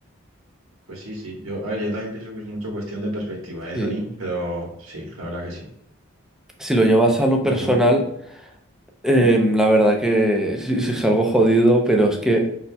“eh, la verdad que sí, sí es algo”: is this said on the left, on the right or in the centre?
Centre